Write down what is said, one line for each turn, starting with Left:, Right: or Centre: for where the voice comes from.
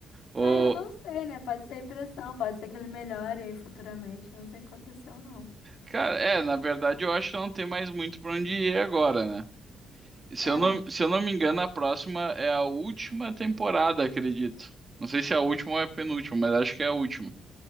Right: O...
Left: Ah, eu não sei, né? Pode ser impressão, pode ser que ele melhore aí futuramente. Eu não sei o que aconteceu, não.
Right: Cara, é, na verdade eu acho que não tem mais muito pra onde ir agora, né? Se
Left: É,
Right: eu não, se eu não me engano, a próxima é a última temporada, acredito. Não sei se é a última ou é a penúltima, mas acho que é a última.